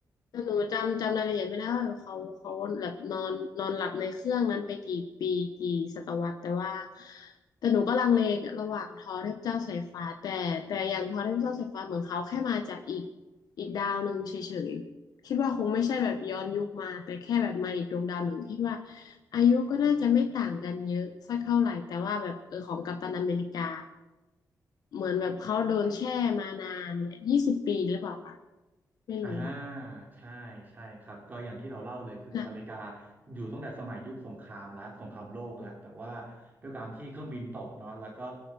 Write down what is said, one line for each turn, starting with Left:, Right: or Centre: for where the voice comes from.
Left: แต่หนูจำจำรายละเอียดไม่ได้ว่าเขาเขาแบบนอนนอนหลับในเครื่องนั้นไปกี่ปีกี่ศตวรรษแต่ว่าแต่หนูก็ลังเลระหว่างทอเทพเจ้าสายฟ้าแต่แต่อย่างทอเทพเจ้าสายฟ้าเหมือนเขาแค่มาจากอีกอีกดาวหนึ่งเฉยๆคิดว่าคงไม่ใช่แบบย้อนยุคมาแต่แค่แบบมาอีกดวงดาวหนึ่งที่ว่าอายุก็น่าจะไม่ต่างกันเยอะสักเท่าไหร่แต่ว่าแบบเออของกัปตันอเมริกาเหมือนแบบเขาโดนแช่มานานเนี่ยยี่สิบปีหรือเปล่าคะไม่รู้อะ
Right: อ่าใช่ใช่ครับก็อย่างที่เราเล่าเลยคือกัปตันอเมริกา
Left: นะ
Right: อยู่ตั้งแต่สมัยยุคสงครามแล้วสงครามโลกแล้วแต่ว่าด้วยการที่เครื่องบินตกเนาะแล้วก็